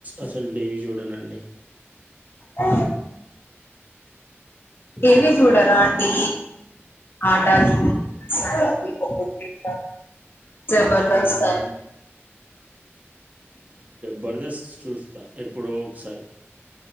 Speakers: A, on the right; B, on the left.
A: అసలు టీవీ చూడంనండి
B: ఆ ఏమ చూడారు ఆంటీ ఆట జు <unintelligible> జబర్దస్త
A: హ్మ్. బరదస్ చూస్తా ఎప్పుడో ఒకసారి